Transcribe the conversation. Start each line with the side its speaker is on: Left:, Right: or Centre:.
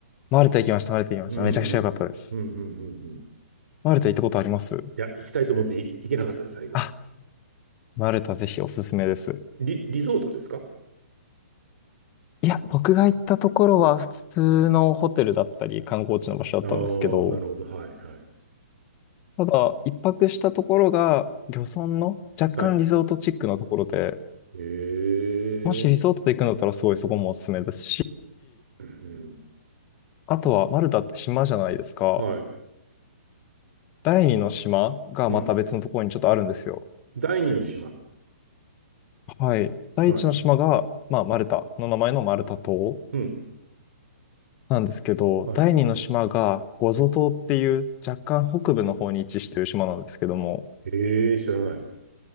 Left: マルタ行きました、マルタ行きました。
Right: うん、
Left: めちゃくちゃ良かったです。
Right: うん、うん、うん、うん。うん
Left: マルタ行ったことあります
Right: いや、行きたいと思ってい行けなかったです、最後は。
Left: あ、マルタぜひおすすめです。
Right: リ、リゾートですか
Left: いや、僕が行ったところは普通のホテルだったり、観光地の場所だったんですけど、
Right: ああー、なるほど。はい、はい。
Left: ただ、一泊したところが、漁村の若干リゾートチックなところで、
Right: はい。ええ、
Left: もしリゾートで行くんだったらすごいそこもおすすめですし、
Right: うん、
Left: あとはマルタって島じゃないですか。
Right: うん。はい。
Left: 第二の島がまた別のところにちょっとあるんですよ。
Right: うん。第二の島。
Left: はい。第一の島が、
Right: はい。
Left: まあ、マルタの名前のマルタ島
Right: うん。
Left: なんですけど、
Right: はい。
Left: 第二の島がゴゾ島っていう若干北部の方に位置してる島なんですけども、
Right: ええー、知らない。